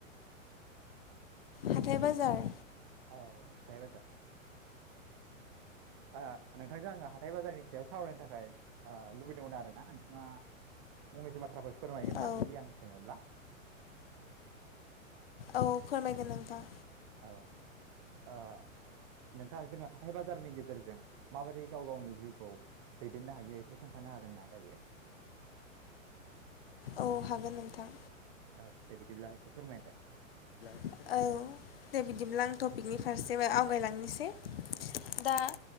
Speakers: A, on the left (about 45°); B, on the right (about 25°).
A: हाथाय बाजार
B: औ हाथाय बाजार ओ नोंथांजों आङो हाथाय बाजारनि सायाव सावरायनो थाखाय ओ लुबैदोंमोन आरोना नोंथाङा फंनैसो बाथ्राफोर फोरमायगोन
A: औ
B: ना जुदि आं सोङोब्ला?
A: औ फोरमाय नोंथां
B: औ आ ओ नोंथां जोङो हाथाय बाजारनि गेजेरजों माबोरै गाव गावनि जिउखौ दैदेननो हायो एसे खोन्थानो हागोन ना दायो?
A: औ हागोन नोंथां
B: औ दे बिदिब्ला एसे फोरमायलाय?
A: औ दे बिदिब्ला आं टपिकनि फारसे आवगायलांनोसै दा